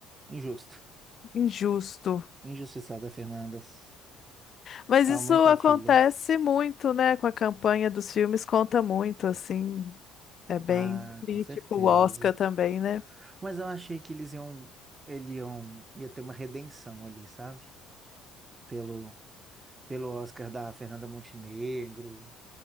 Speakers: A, on the right; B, on the left.
A: Injusto.
B: injusto.
A: Injustiçada, Fernandas.
B: Mas
A: Tal
B: isso
A: mãe, tal
B: acontece
A: filha.
B: muito, né? Com a campanha dos filmes, conta muito, assim. É bem
A: Ah,
B: crítico
A: com certeza.
B: o Oscar também, né?
A: Mas eu achei que eles iam, ele iam, ia ter uma redenção ali, sabe? Pelo, pelo Oscar da Fernanda Montenegro.